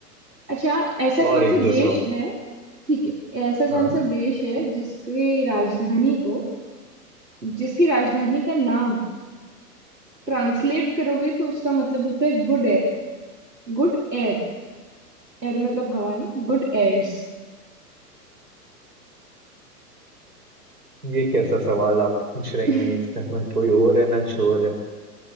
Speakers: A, on the right; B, on the right.
A: अच्छा ऐसा
B: और
A: कौन
B: एक
A: सा
B: दो
A: देश
B: सवाल
A: है ठीक है ऐसा कौन
B: हाँ
A: सा देश है जिसकी राजधानी को जिसकी राजधानी का नाम ट्रांसलेट करोगे तो उसका मतलब होता है good air good air air मतलब हवा ना गुड एयर्स
B: ये कैसा सवाल आप पूछ रही
A: <laughs>
B: हैं इसका ना कोई और है ना छोर है